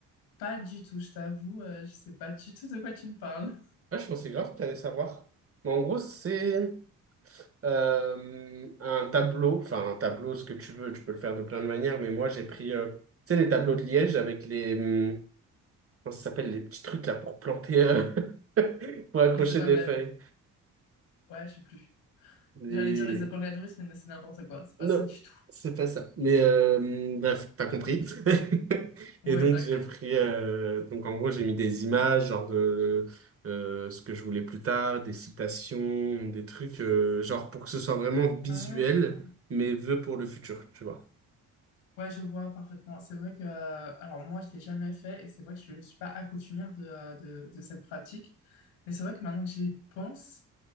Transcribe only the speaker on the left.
Pas du tout, je t'avoue, euh, je sais pas du tout de quoi tu me parles.
Les épingles
à...
Ouais, je sais plus.
J'allais dire les épingles à nourrice, mais c'est n'importe quoi. C'est pas
ça du tout.
Ouais,
t'inquiète.
Ah.
Ouais, je vois parfaitement. C'est vrai que... euh, Alors moi, je l'ai jamais fait et c'est vrai que je suis pas accoutumère de, euh, de, de cette pratique. Mais c'est vrai que maintenant que j'y pense,